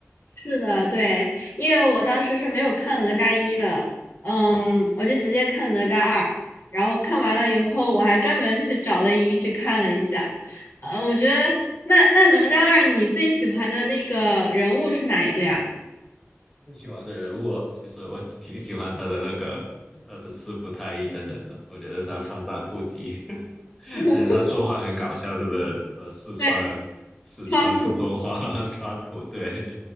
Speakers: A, on the left; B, in the centre.
A: 是的，对，因为我当时是没有看哪吒一的，嗯，我就直接看哪吒二，然后看完了以后，我还专门去找了一去看了一下。呃，我觉得那那哪吒二，你最喜欢的那个人物是哪一个呀？
B: 你喜欢的人物，其实我挺喜欢他的那个他的师傅太乙真人的，我觉得他放荡不羁，<laughs>
A: <laughs>
B: 而且他说话很搞笑，他的呃四川四川普通话
A: 对，川普，
B: <laughs> 川普对，